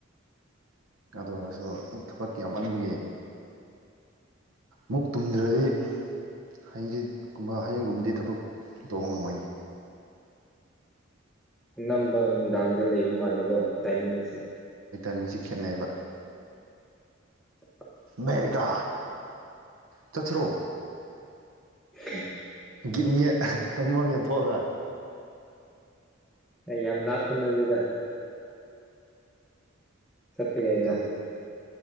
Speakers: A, on the right; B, in the centre.
A: ꯑꯗꯨ ꯑꯣꯏꯔꯁꯨ ꯊꯕꯛꯀꯤ ꯌꯥꯝ ꯑꯣꯟꯕꯒꯤ ꯃꯨꯛ ꯇꯨꯝꯗ꯭ꯔꯗꯤ ꯍꯡꯁꯤꯠꯀꯨꯝꯕ ꯍꯌꯦꯡꯒꯨꯝꯕꯗꯤ ꯊꯕꯛ ꯇꯧꯕ ꯉꯝꯃꯣꯏꯅꯤ
B: ꯎꯝ ꯅꯝꯕ ꯥꯡꯗ ꯂꯩꯕ ꯃꯥꯜꯂꯦꯀꯣ ꯇꯥꯏꯃꯤꯡꯁꯦ
A: ꯃꯤꯁꯦ ꯈꯦꯠꯅꯩꯌꯦꯕ
B: <inaudible>
A: ꯑꯃꯃꯦꯦꯔꯤꯀꯥ ꯆꯠꯊ꯭ꯔꯣ
B: <inaudible>
A: ꯒꯤꯠꯅꯦ ꯑꯃꯃꯝ ꯌꯦꯟꯊꯣꯛꯑꯒ <inaudible>
B: ꯌꯥꯝ ꯂꯅꯥꯄꯅꯖꯤꯦꯗ ꯆꯠꯇ ꯌꯥꯏꯖ
A: ꯑꯗꯨ